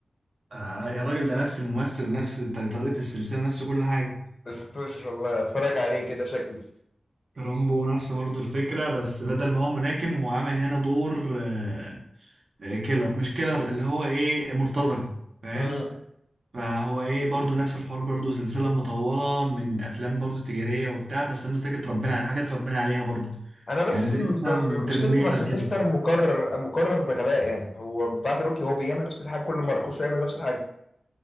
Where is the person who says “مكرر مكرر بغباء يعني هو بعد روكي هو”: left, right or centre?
Left